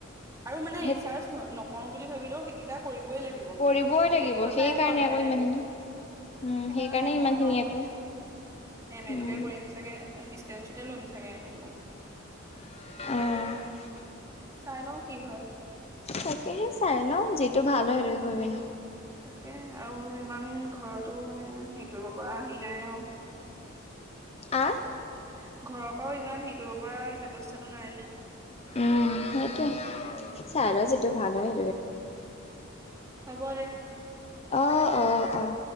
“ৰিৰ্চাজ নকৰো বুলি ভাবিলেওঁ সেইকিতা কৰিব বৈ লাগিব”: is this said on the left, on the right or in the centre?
Right